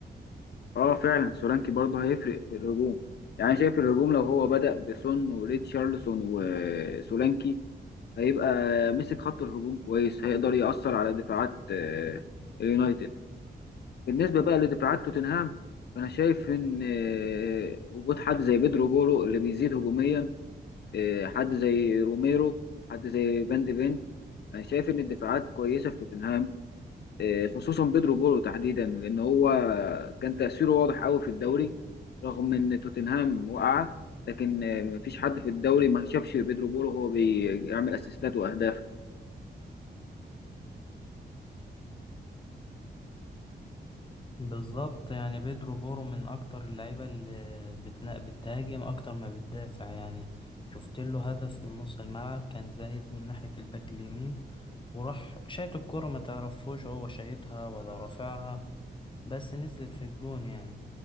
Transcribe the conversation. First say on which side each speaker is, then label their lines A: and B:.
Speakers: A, on the left; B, on the left.
A: اه فعلا سولانكي برضو هيفرق في الهجوم يعني شايف الهجوم لو هو بدأ بسون وريتشارلسون وسولانكي هيبقى مسك خط الهجوم كويس هيقدر يأثر على دفاعات آه، اليونايتد بالنسبة بقى لدفاعات توتنهام فأنا شايف إن آه، وجود حد زي بيدرو بورو اللي بيزيد هجوميا آه، حد زي روميرو وحد زي فان دي فين أنا شايف إن الدفاعات كويسة في توتنهام آه، خصوصا بيدرو بورو تحديدا لأن هو كان تأثيره واضح قوي في الدوري رغم إن توتنهام وقع لكن آه، مفيش حد في الدوري ما شافش بيدرو بورو هو بيعمل أسيستات وأهداف
B: بالظبط يعني بيدرو بورو من اكتر اللعيبة اللي بتنا... بتهاجم اكتر ما بتدافع يعني شفت له هدف من نص الملعب كان زايد من ناحية الباك اليمين وراح شايط الكرة ما تعرفوش هو شايطها ولا رافعها بس نزلت في الجون يعني